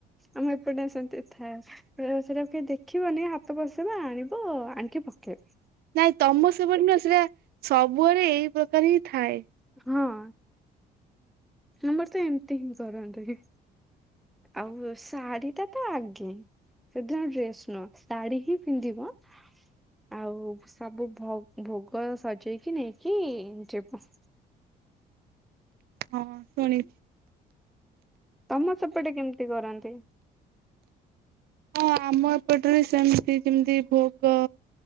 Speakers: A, in the centre; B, on the right.
A: ଆମ ଏପଟେ ସେମ୍ତି ଥାଏ ସେଟାକୁ କେହି ଦେଖିବନି ହାତ ପସେଇବା ଆଣିବ ଆଣିକି ପ କେଇବ।
B: ନାଇଁ ତମ ସେପଟେ ନୁଅଁ ସେଇଟା ସବୁଆରେ ଏଇ ପ୍ରକାର ହିଁ ଥାଏ।
A: ହଁ। ଆମର ତ ଏମ୍ତି ହିଁ କରନ୍ତି ଆଉ ଶାଢୀ ଟା ତ ଆଗେ। ସେଦିନ ଡ୍ରେସ୍ ନୁହଁ ଶାଢୀ ହିଁ ପିନ୍ଧିବ। ଆଉ ସବୁ ଭ ଭୋଗ ସଜେଇକି ନେଇକି ଯିବ।
B: ହଁ ଶୁଣି
A: ତମ ସେପଟେ କେମ୍ତି କରନ୍ତି।
B: ହଁ ଆମ ଏପଟ୍ରେ ସେମ୍ତି ଯେମ୍ତି ଭୋଗ।